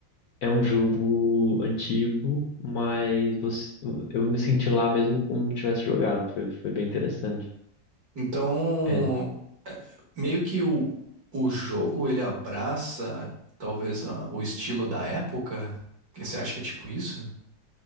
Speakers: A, on the left; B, on the right.
A: é um jogo antigo, mas você- eu me senti lá mesmo como se tivesse jogado. Foi, foi bem interessante.
B: Então,
A: É,
B: meio que o, o jogo ele abraça talvez a- o estilo da época. Que Você acha que é tipo isso?